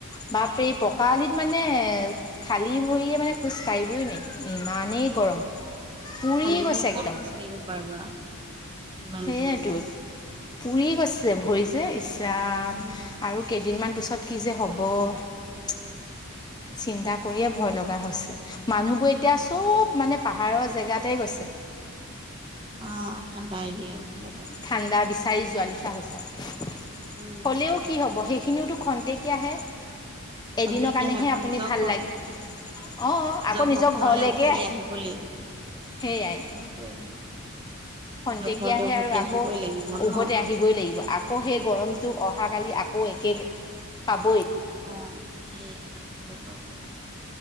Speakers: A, on the left; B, on the right.
A: বাপৰে
B: অ
A: পকা আলিত মানে খালী ভৰিয়ে মানে খোজ কাঢ়িবই নোৱাৰি। ইমান নেই গৰম,
B: অ
A: পুৰি
B: খালী
A: গৈছে
B: ভৰি ক'ত
A: একদম।
B: খোজকাঢ়িব পাৰিবা ইমান
A: সেইয়াইতো
B: গৰমত।
A: পুৰি গৈছে ভৰি যে ইচৰাম,
B: উম
A: আৰু কেইদিনমান পিছত ছত কি যে হব, চিন্তা
B: তাকেইতো
A: কৰিয়ে ভয় লগ লগা হৈছে, মানুহবোৰ এতিয়া চব মানে পাহাৰৰ জেগাতে গৈছে।
B: অ', ঠাণ্ডা এৰিয়া। বিলাকত
A: ঠাণ্ডা বিচাৰি যোৱা লিখিয়া হৈছে আও।
B: উম
A: হ'লেও কি হব সেই খিনিওতো খন্তেকীয়াহে,
B: খন্তেকীয়াহে
A: এদিনৰ কাৰণেহে
B: আকৌ
A: আপুনি
B: নিজৰ
A: ভাল
B: ঘৰ
A: লাগ আহ, আকৌ
B: ঘৰখনলে
A: নিজৰ ঘৰলৈকে
B: উভৰি আহিবলৈ
A: সেইয়াই।
B: সেইটোয়ে
A: খন্তেকীয়া
B: নিজৰ ঘৰলে
A: হে
B: উভতি
A: আৰু আকৌ,
B: আহিবই লাগিব
A: উভতি
B: ন
A: আহিবই লাগিব, আকৌ সেই গৰমতটো অহাকালি আকৌ একে, পাব
B: অ', সেইয়াই আকৌ পাব।